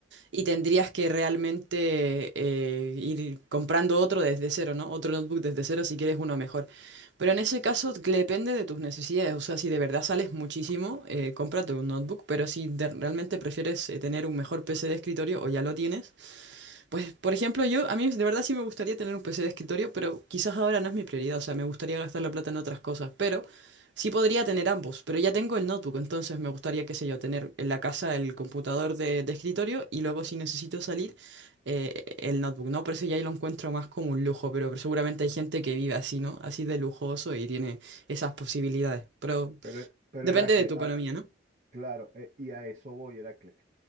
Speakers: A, on the right (about 75°); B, on the right (about 45°).
A: y tendrías que realmente eh, ir comprando otro desde cero, ¿no? Otro notebook desde cero si quieres uno mejor. Pero en ese caso que depende de tus necesidades. O sea, si de verdad sales muchísimo, eh, cómprate un notebook. Pero si de- realmente prefieres eh, tener un mejor PC de escritorio o ya lo tienes, pues, por ejemplo, yo, a mí de verdad sí me gustaría tener un PC de escritorio, pero quizás ahora no es mi prioridad, o sea, me gustaría gastar la plata en otras cosas, pero sí podría tener ambos, pero ya tengo el notebook, entonces me gustaría, qué sé yo, tener en la casa el computador de, de escritorio y luego si necesito salir, eh, el notebook, ¿no? Por eso ya ahí lo encuentro más como un lujo, pero, pero seguramente hay gente que vive así, ¿no? Así de lujoso y tiene esas posibilidades, pero
B: pero, pero
A: depende
B: Heracle,
A: de tu economía,
B: ah,
A: ¿no?
B: claro, eh, y a eso voy, Heracle.